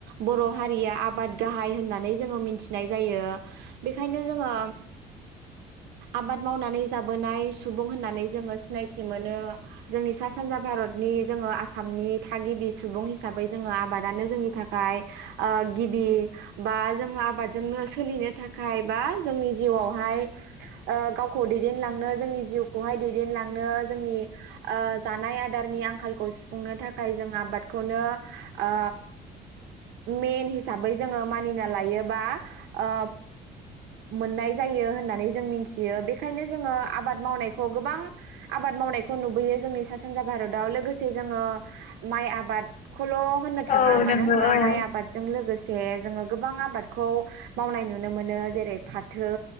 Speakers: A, on the right; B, on the left.
A: बर' हारिया आबाद गाहाय होननानै जोङो मिथिनाय जायो बेखायनो जोङो आबाद मावनानै जाबोनाय सुबुं होननानै जोङो सिनायथि मोनो जोंनि सा सानजा भारतनि जोङो आसामनि थागिबि सुबुं हिसाबै जोङो आबादानो जोंनि थाखाय ओ गिबि बा जों आबादजोंनो सोलिनो थाखाय बा जोंनि जिउआवहाय ओ गावखौ दै देनलांनो जोंनि जिउखौहाय दैदेनलांनो जोंनि ओ जानाय आदारनि आंखालखौ सुफुंनो थाखाय जों आबादखौनो ओ मेन हिसाबै जोङो मानिना लायोबा ओ मोननाय जायो होननानै जों मिनथियो बे ओंखायनो जोङो आबाद मावनायखौ गोबां आबाद मावनायखौ नुबोयो जोंनि सा सानजा भारताव लोगोसे जोङो माइ आबादखौल' होननो थाङा
B: औ
A: मानो
B: नंगौ
A: होनबा
B: औ
A: माइ आबादजों लो गोसे जोङो गोबां आबादखौ मावनाय नुनो मोनो जेरै फाथो